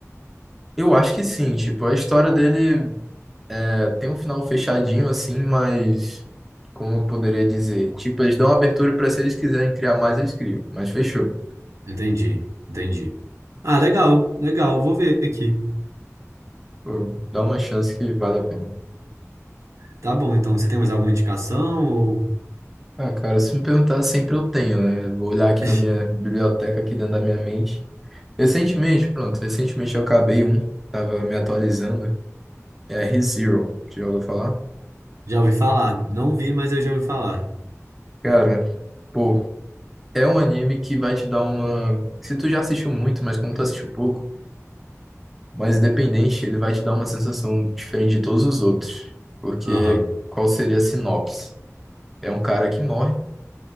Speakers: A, in the centre; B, on the right.
A: Eu acho que sim, tipo, a história dele é, tem um final fechadinho, assim, mas. Como eu poderia dizer? Tipo, eles dão abertura pra se eles quiserem criar mais, eles criam. Mas fechou.
B: Entendi, entendi. Ah, legal, legal, vou ver aqui.
A: Pô, dá uma chance que vale a pena.
B: Tá bom, então você tem mais alguma indicação ou
A: Ah, cara, se me perguntar, sempre eu tenho, né? Vou olhar aqui
B: <laughs>
A: na minha biblioteca, aqui dentro da minha mente. Recentemente, pronto, recentemente eu acabei um, tava me atualizando, é ReZero, já ouviu falar?
B: já ouvi falar? Não vi, mas eu já ouvi falar.
A: Cara, pô, é um anime que vai te dar uma... Se tu já assistiu muito, mas como tu assistiu pouco, mas independente, ele vai te dar uma sensação diferente de todos os outros. Porque
B: Aham,
A: qual seria a sinopse? É um cara que morre